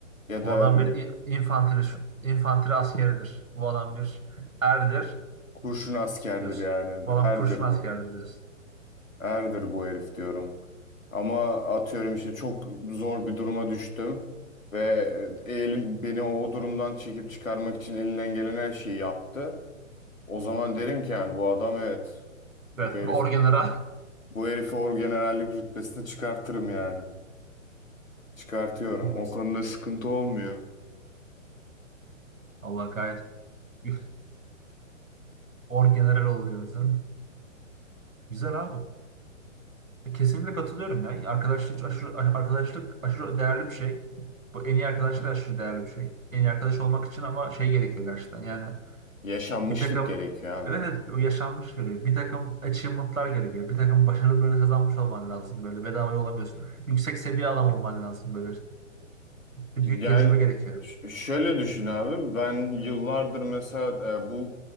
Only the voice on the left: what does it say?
Ya
da
Kurşun askerdir
yani.
Erdir
bu.
Erdir bu herif diyorum. Ama atıyorum işte çok zor bir duruma düştüm. Ve e, elin, beni o durumdan çekip çıkarmak için elinden gelen her şeyi yaptı. O zaman derim ki yani bu adam evet.
Bu herif,
bu herifi orgenerallik rütbesine çıkartırım yani. Çıkartıyorum.
O konuda sıkıntı olmuyor.
Yaşanmışlık
gerekiyor abi.
Yani
ş- şöyle düşün abi ben yıllardır mesela e, bu